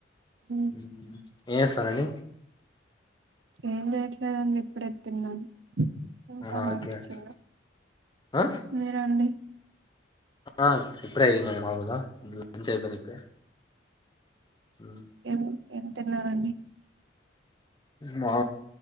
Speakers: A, on the right (about 80°); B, on the left (about 25°).
A: ఉమ్,
B: మ్మ్ హు ఏస్ సరండి
A: ఏం జేయట్లేదండి ఇప్పుడే తిన్నాం ఇంకా
B: అవునా
A: అలా
B: ఓకే
A: కూర్చున్నా
B: అండి. ఆ
A: మీరండి
B: ఆ ఇప్పుడే అయిందండి మాగుదా లంచ్ అయిపోయింది ఇప్పుడే ఉమ్
A: ఏం ఏం తిన్నారండి
B: మా